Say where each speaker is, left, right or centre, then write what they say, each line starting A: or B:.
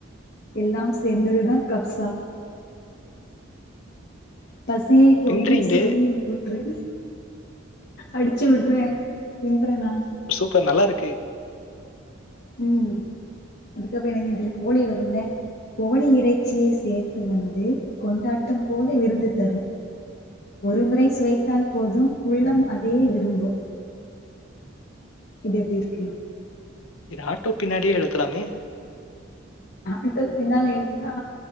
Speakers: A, on the left; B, on the left.
A: எல்லாம் சேர்ந்ததுதா கப்சா பசியை போக்கும்
B: பின்றீங்களே
A: சுவையின் ஊற்று அடிச்சு விடறே கின்றனா
B: இப்ப நல்லா இருக்கு
A: ம் அதுக்கப்றோ என்னடி இதுல கோழி வருல கோழி இறைச்சி சேர்த்து வந்து கொண்டாட்டம் போல விருந்து தரு ஒருமுறை சுவைத்தால் போதும் உள்ளம் அதையே விரும்பும் இது எப்டி இருக்கு
B: இது ஆட்டோ பின்னாடியே எழுத்தலாமே
A: ஆட்டோ பின்னால எழுதுனா